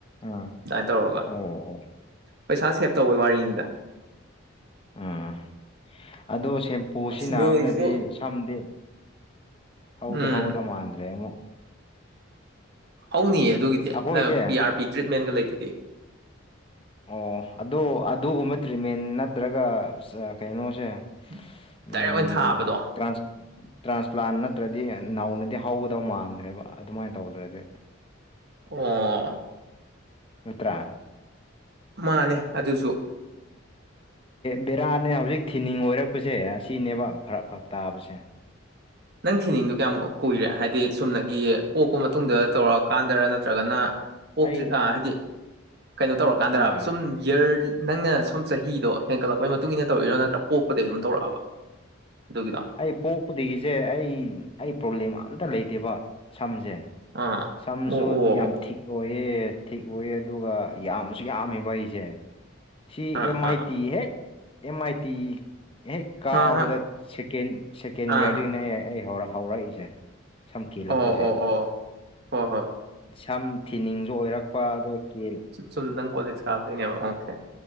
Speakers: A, on the left (about 25°); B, on the right (about 55°).
A: ꯑꯥ
B: ꯑꯗꯨꯃꯥꯏꯅ ꯇꯧꯔꯒ
A: ꯑꯣ
B: ꯄꯩꯁꯥ ꯁꯦꯞ ꯇꯧꯕꯩ ꯋꯥꯔꯤꯅꯤꯗ
A: ꯎꯝ ꯑꯗꯣ ꯁꯦꯝꯄꯨ
B: ꯑꯁ
A: ꯁꯤꯖꯤꯅꯥꯕꯅꯗꯤ
B: ꯅꯣꯡꯁꯤꯁꯨ
A: ꯁꯝꯗꯤ ꯍꯧꯗꯤ
B: ꯎꯝ
A: ꯍꯧꯗꯧ ꯃꯥꯟꯗ꯭ꯔꯦ ꯑꯃꯨꯛ
B: ꯍꯧꯅꯤꯑ ꯑꯗꯨꯒꯤꯗꯤ
A: ꯑꯩꯈꯣꯏꯁꯦ
B: ꯅꯪ ꯄꯤ ꯑꯥꯔ ꯄꯤ ꯇ꯭ꯔꯤꯠꯃꯦꯟꯒ ꯂꯩꯗꯨꯗꯤ
A: ꯑꯣ ꯑꯗꯣ ꯑꯗꯨꯒꯨꯝꯕ ꯇ꯭ꯔꯤꯠꯃꯦꯟ ꯅꯠꯇ꯭ꯔꯒ ꯀꯩꯅꯣꯁꯦ
B: <inaudible>
A: ꯎꯝ
B: ꯊꯥꯕꯗꯣ
A: ꯇ꯭ꯔꯥꯁ ꯇ꯭ꯔꯥꯟꯁꯄ꯭ꯂꯥꯟ ꯅꯠꯇ꯭ꯔꯗꯤ ꯅꯧꯅꯗꯤ ꯍꯧꯒꯗꯧ ꯃꯥꯟꯗ꯭ꯔꯦꯕ ꯑꯗꯨꯃꯥꯏꯅ ꯇꯧꯗ꯭ꯔꯗꯤ
B: ꯑꯣ
A: ꯅꯠꯇ꯭ꯔꯥ
B: ꯃꯥꯅꯤ ꯑꯗꯨꯁꯨ
A: ꯕꯦꯔꯥꯅꯦ ꯍꯧꯖꯤꯛ ꯊꯤꯅꯤꯡ ꯑꯣꯏꯔꯛꯄꯁꯦ ꯑꯁꯤꯅꯦꯕ ꯐꯔꯛ ꯐꯔꯛ ꯇꯥꯕꯁꯦ
B: ꯅꯪ ꯊꯤꯅꯤꯡꯗꯨ ꯀꯌꯥꯝꯃꯨꯛ ꯀꯨꯏꯔꯦ ꯍꯥꯏꯗꯤ ꯁꯨꯝꯅꯒꯤ ꯄꯣꯛꯄ ꯃꯇꯨꯡꯗ ꯇꯧꯔ ꯀꯥꯟꯗꯔ ꯅꯠꯇ꯭ꯔꯒꯅ ꯄꯣꯛꯇ꯭ꯔꯤ
A: ꯑꯩ
B: ꯍꯥꯏꯗꯤ ꯀꯩꯅꯣ ꯇꯧꯔꯀꯥꯟꯗꯕ
A: ꯑꯥ
B: ꯁꯨꯝ ꯌꯔ ꯅꯪꯅ ꯁꯨꯝ ꯆꯍꯤꯗꯣ ꯍꯦꯟꯀꯠꯂꯛꯄꯒꯤ ꯃꯇꯨꯡ ꯏꯟꯅ ꯇꯧꯔꯤꯔꯣ ꯅꯠꯇ꯭ꯔ ꯄꯣꯛꯄꯗꯒꯤ ꯁꯨꯝ ꯇꯧꯔꯛꯑꯕ ꯑꯗꯨꯒꯤꯗꯣ
A: ꯑꯩ ꯄꯣꯛꯄꯗꯒꯤꯁꯦ ꯑꯩ ꯑꯩ ꯄ꯭ꯔꯣꯕ꯭ꯂꯦꯝ ꯑꯝꯇ ꯂꯩꯇꯦꯕ ꯁꯝꯁꯦ
B: ꯑꯥ
A: ꯁꯝꯁꯨ
B: ꯑꯣ ꯑꯣ
A: ꯌꯥꯝ ꯊꯤꯛ ꯑꯣꯏꯌꯦꯦ ꯊꯤꯛ ꯑꯣꯏꯑ ꯑꯗꯨꯒ ꯌꯥꯝꯅꯁꯨ ꯌꯥꯝꯃꯦꯕ ꯑꯩꯁꯦ ꯁꯤ
B: ꯑꯥ
A: ꯑꯦꯝ ꯑꯥꯏ
B: ꯑꯥ
A: ꯇꯤ ꯍꯦꯛ ꯑꯦꯝ ꯑꯥꯏ ꯇꯤ ꯍꯦꯛ ꯀꯥꯕꯗ
B: ꯍꯥ ꯍꯥ
A: ꯁꯦꯀꯦꯟ ꯁꯦꯀꯦꯟ
B: ꯑꯥ
A: ꯏꯌꯥꯔꯗꯒꯤꯅꯦ ꯑꯩ ꯑꯩ ꯍꯧꯔꯛꯏꯁꯦ ꯁꯝ ꯀꯦꯂꯛꯄꯁꯦ
B: ꯑꯣ ꯑꯣ ꯑꯣ ꯍꯣꯏ ꯍꯣꯏ
A: ꯁꯝ ꯊꯤꯅꯤꯡꯁꯨ ꯑꯣꯏꯔꯛꯄ ꯑꯗꯨꯒꯤ
B: ꯁꯨꯜꯗꯟ ꯀꯂꯦꯖ ꯀꯥꯕꯅꯦ ꯑꯣꯀꯦ